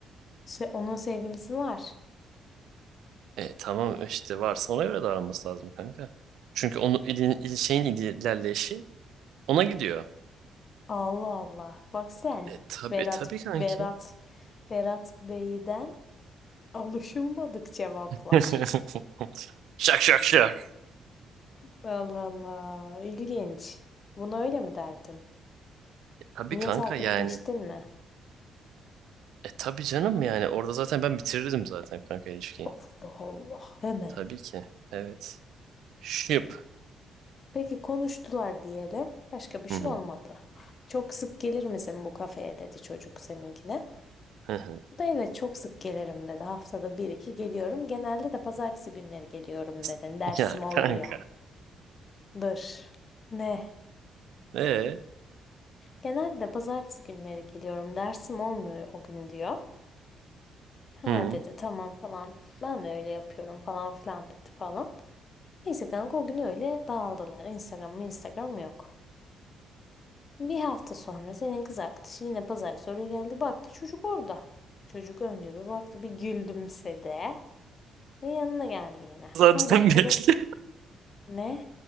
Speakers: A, on the left; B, on the right.
A: Se- onun sevgilisi var.
B: E tamam işte varsa ona göre davranması lazım kanka. Çünkü onu ilin, il- şeyin ili- ilerleyişi ona gidiyor.
A: Allah Allah. Bak sen.
B: E tabii
A: Berat,
B: tabii kanki.
A: Berat, Berat Bey'den alışılmadık cevaplar.
B: <laughs> Şak şak şak.
A: Allah Allah. İlginç. Bunu öyle mi derdin?
B: E, tabii
A: Niye
B: kanka
A: takipleştin
B: yani.
A: mi?
B: E tabii canım yani orada zaten ben bitirirdim zaten kanka ilişkiyi.
A: Allah Allah. Hemen.
B: Tabii ki. Evet. Şıp.
A: Peki konuştular diyelim. Başka bir şey
B: Hı hı,
A: olmadı. Çok sık gelir misin bu kafeye dedi çocuk seninkine.
B: hı hı.
A: O Da evet çok sık gelirim dedi. Haftada bir iki geliyorum. Genelde de pazartesi günleri geliyorum dedi.
B: <laughs>
A: Dersim
B: Ya
A: olmuyor.
B: kanka.
A: Dur. Ne?
B: E.
A: Genelde pazartesi günleri geliyorum. Dersim olmuyor o gün diyor. Ha
B: Hı.
A: dedi tamam falan. Ben de öyle yapıyorum falan filan dedi falan. Neyse kanka o gün öyle dağıldılar. Instagram mı Instagram yok. Bir hafta sonra senin kız arkadaşı yine Pazartesi oraya geldi. Baktı çocuk orada. Çocuk önce bir baktı bir gülümsedi ve yanına geldi yine.
B: Zaten
A: Pardon otur
B: <laughs> bekle.
A: ne?